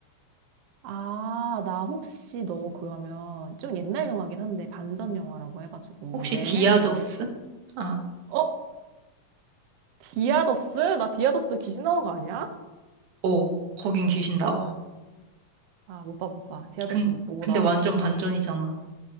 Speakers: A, on the right (about 85°); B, on the right (about 70°).
A: 아, 나 혹시 너 그러면 좀 옛날 영화긴 한데 반전 영화라고 해가지고
B: 혹시
A: 메멘토
B: 디아더스?
A: 너,
B: 아,
A: 어? 디아더스? 나 디아더스 귀신 나오는 거 아니야?
B: 어, 거긴 귀신 나와.
A: 아, 못 봐, 못 봐. 디아더스
B: 근,
A: 못 보고
B: 근데
A: 나.
B: 완전 반전이잖아.